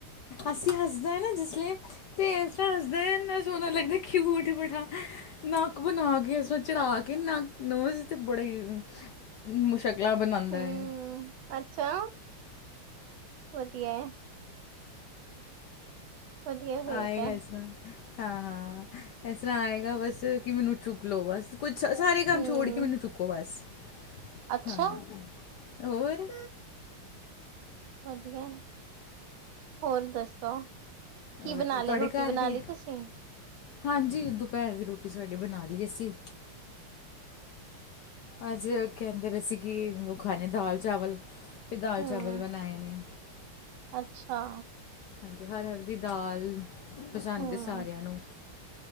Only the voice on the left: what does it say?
ਅਸੀਂ ਹੱਸਦਾ ਅ ਨਾ ਜਿਸ ਲੀਏ ਤੇੱ ਏਸਰਾ ਹਸਦਾ, ਇੰਨਾ ਸੋਹਣਾ ਲੱਗਦਾ। ਕਿਯੁਟ ਬੜਾ, ਨੱਕ ਬਣਾ ਕੇ, ਸੋ ਚੜ੍ਹਾ ਕੇ ਨਕ ਨੋਜ਼ ਤੇ, ਬੜਾ ਈ ਮੁ ਸ਼ਕਲਾਂ ਬਣਾਂਦਾ
ਏ।
ਆਏਗਾ
ਏਸ ਤਰਾਂ। ਹਾਂ-ਹਾਂ, ਏਸ ਤਰਾਂ ਆਏਗਾ ਬਸ ਕਿ, ਮਿਨੂੰ ਚੁੱਕ ਲੋ, ਬਸ। ਕੁਛ ਸਾਰੇ ਕੰਮ
ਛੋੜ ਕੇ ਮਿਨੂੰ ਚੁੱਕੋ, ਬਸ।
ਹਾਂ। ਹੋਰ।
ਵਧੀਆ ਤੁਹਾਡੇ
ਘਰ
ਵੀ
ਹਾਂਜੀ, ਦੁਪੈਰ ਦੀ ਰੋਟੀ ਸਾਡੀ ਬਣਾ ਲੀ ਅਸੀਂ। ਅੱਜ ਕੈਂਦੇ ਪੇ ਸੇ ਕਿ, ਔ ਖਾਣੇ ਦਾਲ ਚਾਵਲ। ਫਿਰ ਦਾਲ
ਚਾਵਲ ਬਣਾਏ ਨੇ।
ਹਾਂਜੀ, ਹਰ ਹਰ ਦੀ ਦਾਲ ਪਸੰਦ
ਏ ਸਾਰਿਆਂ ਨੂੰ।